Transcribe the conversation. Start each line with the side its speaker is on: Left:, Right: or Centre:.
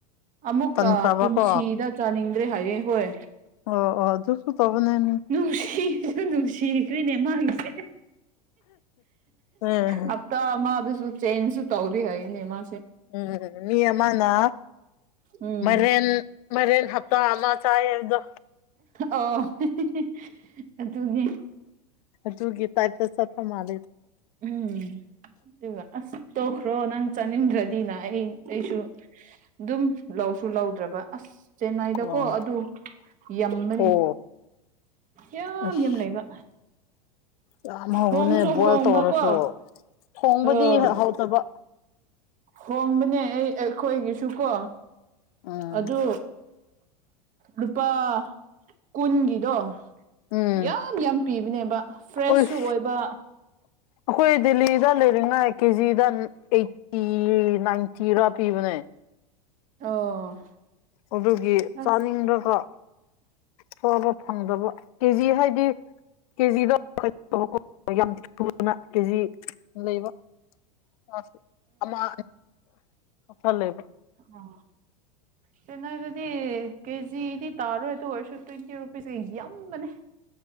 Right: ꯑꯃꯨꯛꯀ
Left: ꯇꯟꯈ꯭ꯔꯕꯀꯣ
Right: ꯄꯨꯟꯁꯤꯗ ꯆꯥꯅꯤꯡ ꯗ꯭ꯔꯦ ꯍꯥꯏꯌꯦ ꯍꯣꯏ
Left: ꯑꯣ ꯑꯣ ꯑꯗꯨꯁꯨ ꯇꯧꯕꯅꯦ ꯃꯤ
Right: ꯅꯨꯡꯁꯤꯁꯨ ꯅꯨꯡꯁꯤꯈ꯭ꯔꯦꯅꯦ ꯃꯥꯒꯤꯁꯦ
Left: ꯑꯦ
Right: ꯍꯞꯇꯥ ꯑꯃꯗꯨꯁꯨ ꯆꯦꯟꯁꯁꯨ ꯇꯧꯗꯦ ꯍꯥꯏꯌꯦꯅꯦ ꯃꯥ
Left: ꯎꯝ ꯃꯤ ꯑꯃꯅꯥ
Right: ꯎꯝ
Left: ꯃꯔꯤꯟ ꯃꯔꯤꯟ ꯍꯞꯇꯥ ꯑꯃ ꯆꯥꯌꯦ ꯍꯥꯢꯕꯗꯣ
Right: ꯑꯣ ꯍꯤ ꯍꯤ ꯍꯤ ꯑꯗꯨꯅꯤ
Left: ꯨꯗꯨꯒꯤ ꯇꯥꯏꯞꯇ ꯆꯠꯄ ꯃꯥꯜꯂꯦ
Right: ꯎꯝ ꯗꯨꯒ ꯑꯁ ꯇꯣꯛꯈ꯭ꯔꯣ ꯅꯪ ꯆꯥꯅꯤꯡꯗ꯭ꯔꯗꯤꯅ ꯑꯩ ꯑꯩꯁꯨ ꯑꯗꯨꯝ ꯂꯧꯁꯨ ꯂꯧꯗ꯭ꯔꯕ ꯑꯁ ꯆꯦꯟꯅꯥꯏꯗꯀꯣ
Left: ꯑꯣ
Right: ꯑꯗꯨ ꯌꯥꯝꯕꯅꯤ
Left: ꯑꯣ
Right: ꯌꯥꯝ
Left: ꯑꯁ
Right: ꯌꯥꯝ ꯂꯩꯕ
Left: ꯌꯥꯝ ꯍꯧꯕꯅꯦ
Right: ꯍꯣꯡꯁꯨ
Left: ꯕꯣꯏꯜ
Right: ꯍꯣꯡꯕꯀꯣ
Left: ꯇꯧꯔꯁꯨ ꯊꯣꯡꯕꯗꯤ
Right: ꯑ
Left: ꯍ ꯍꯥꯎꯇꯕ
Right: ꯍꯣꯡꯕꯅꯦ ꯑꯩ ꯑꯩꯈꯣꯏꯒꯤꯁꯨꯀꯣ
Left: ꯎꯝ
Right: ꯑꯗꯨ ꯂꯨꯄꯥ ꯀꯨꯟꯒꯤꯗꯣ
Left: ꯎꯝ
Right: ꯌꯥꯝ ꯌꯥꯝ ꯄꯤꯕꯅꯦꯕ ꯐ꯭ꯔꯦꯁꯁꯨ
Left: ꯎꯁ
Right: ꯑꯣꯏꯕ
Left: ꯑꯩꯈꯣꯏ ꯗꯦꯜꯂꯤꯗ ꯂꯩꯔꯤꯉꯥꯏ ꯀꯦꯖꯤꯗ ꯑꯩꯠꯇꯤ ꯅꯥꯏꯟꯇꯤꯔꯥ ꯄꯤꯕꯅꯦ
Right: ꯑꯣ
Left: ꯑꯗꯨꯒꯤ
Right: ꯑꯁ
Left: ꯆꯥꯅꯤꯡꯔꯒ ꯐꯕ ꯐꯪꯗꯕ ꯀꯦꯖꯤ ꯍꯥꯏꯗꯤ <unintelligible> ꯌꯥꯝ ꯊꯨꯅ ꯀꯦꯖꯤ ꯂꯩꯕ ꯑ ꯑꯃ <unintelligible>
Right: ꯑ ꯆꯦꯟꯅꯥꯏꯗꯗꯤ ꯀꯦꯖꯤꯗꯤ ꯇꯥꯔꯣꯏꯗꯨ ꯑꯣꯏꯔꯁꯨ ꯇ꯭ꯋꯦꯟꯇꯤ ꯔꯨꯄꯤꯁ ꯀꯩ ꯌꯝꯕꯅꯦ